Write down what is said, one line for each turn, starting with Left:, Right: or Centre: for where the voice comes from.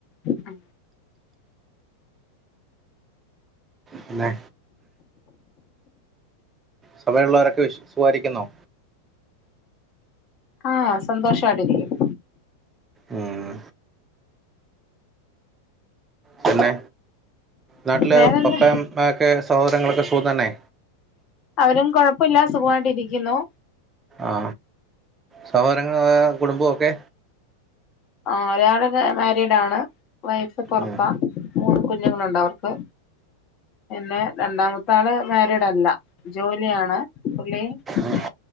Left: ചെയ്യുന്നു
Right: പിന്നെ സമയമുള്ളവരൊക്കെ വി സുഖാരിക്കുന്നുോ
Left: ആഹ സന്തോഷമായിട്ട് ഇരിക്കുന്നു
Right: ഉം. പിന്നെ നാട്ടില്
Left: വേറെന്താ
Right: പപ്പ അമ്മയൊക്കെ സഹോദരങ്ങളൊക്കെ സുഖ തന്നെ
Left: അവരും കുഴപ്പല്ല സുഖമായിണ്ടിരിക്കുന്നു
Right: ആ സഹോദരങ്ങ കുടുംബൊക്കെ
Left: ആഹ ഒരാള് മാരീഡ് ആണ് വൈഫ് പൊറത്താ
Right: ഉം,
Left: മൂന്ന് കുഞ്ഞുങ്ങളുണ്ട് അവർക്ക് പിന്നെ രണ്ടാമത്തെ ആള് മാരീഡ് അല്ല ജോലിയാണ് പുള്ളി
Right: ഉം.
Left: ഏ